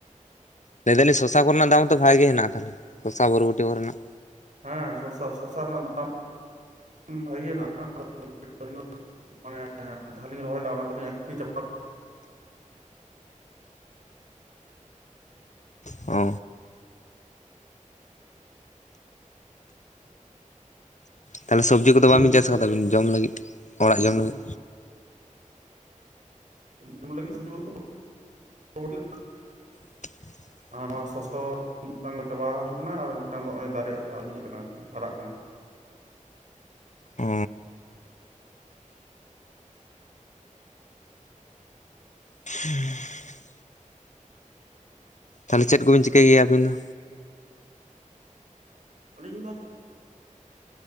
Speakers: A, on the left; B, on the right.
A: ᱞᱟᱹᱭᱮᱫᱟᱞᱧ ᱥᱚᱥᱟ ᱠᱚᱨᱮᱱᱟᱜ ᱫᱟᱢ ᱦᱛᱚ ᱵᱷᱟᱜᱮ ᱜᱮ ᱦᱮᱱᱟᱜᱼᱟ ᱛᱟᱦᱚᱞᱮ, ᱥᱚᱥᱟ ᱵᱚᱨᱵᱚᱴᱤ ᱠᱚᱨᱮᱱᱟᱜ?
B: ᱦᱮᱸ, ᱥᱚᱥᱟ ᱥᱚᱥᱟ ᱨᱮᱱᱟᱜ ᱫᱟᱢ ᱵᱷᱟᱜᱮ ᱦᱮᱱᱟᱜ ᱟᱹᱞᱤ <inaudible> ᱢᱟᱱᱮ ᱡᱟᱦᱟᱸᱞᱤᱧ ᱨᱚᱦᱚᱭ ᱚᱱᱟ ᱫᱚᱞᱤᱧ ᱟᱹᱠᱷᱨᱤᱧ ᱪᱟᱵᱟ
A: ᱚᱻ ᱛᱟᱦᱚᱞᱮ ᱥᱚᱵᱽᱡᱤ ᱠᱚᱫᱚ
B: ᱱᱤᱭᱟᱹ
A: ᱵᱟᱵᱤᱱ
B: ᱡᱩᱜᱽ
A: ᱪᱟᱥ
B: ᱫᱚ
A: ᱟᱠᱟᱫᱟᱵᱤᱱ, ᱡᱚᱢ ᱞᱟᱹᱜᱤᱫ ᱚᱲᱟᱜ ᱡᱚᱢ
B: ᱵᱚᱦᱩᱛ
A: ᱞᱟᱹᱜᱤᱫ᱾
B: ᱡᱚᱢ ᱞᱟᱹᱜᱤᱫ ᱥᱚᱵᱡᱤ ᱵᱚᱞᱚ <inaudible> ᱛᱮ
A: <unintelligible>
B: ᱟᱨ ᱱᱚᱣᱟ ᱥᱚᱥ ᱫᱚ ᱢᱤᱫᱴᱟᱝ ᱫᱚ ᱪᱟᱵᱟ ᱦᱩᱜ ᱠᱟᱱᱟ, ᱟᱨ ᱢᱤᱫᱴᱟᱝ ᱫᱚ ᱱᱚᱜᱚᱭ ᱫᱟᱨᱮ ᱤᱭᱤᱭᱟᱹ ᱠᱟᱱᱟ ᱟᱨᱠᱤ ᱦᱟᱨᱟᱜ ᱠᱟᱱᱟ
A: ᱚᱻ <unintelligible> ᱛᱟᱦᱚᱞᱮ ᱪᱮᱫᱵᱤᱱ ᱪᱤᱠᱟᱹᱭ ᱜᱮᱭᱟ ᱟᱹᱵᱤᱱ ᱫᱚ?
B: ᱟᱹᱞᱤᱧ ᱫᱚ